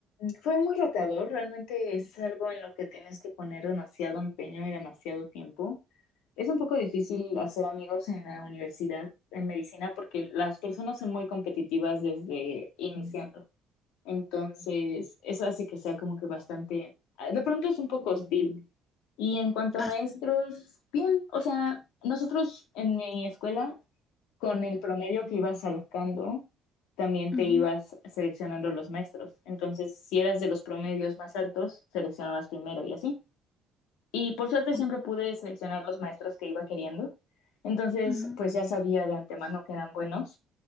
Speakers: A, on the left (about 85°); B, on the left (about 40°).
A: fue muy retador, realmente es algo en lo que tienes que poner demasiado empeño y demasiado tiempo. Es un poco difícil hacer amigos en la universidad, en medicina, porque las personas son muy competitivas desde iniciando. Entonces, eso hace que sea como que bastante, ah, de pronto es un poco hostil. Y en cuanto
B: ¿Así?
A: a maestros,
B: ujú,
A: bien, o sea, nosotros en mi escuela, con el promedio que ibas sacando, también
B: Ah,
A: te
B: sí. ujú,
A: ibas seleccionando los maestros. Entonces, si eras de los promedios más altos, seleccionabas primero y así. Y por suerte
B: ujú,
A: siempre pude seleccionar los maestros que iba queriendo. Entonces,
B: ujú.
A: pues ya sabía de antemano que eran buenos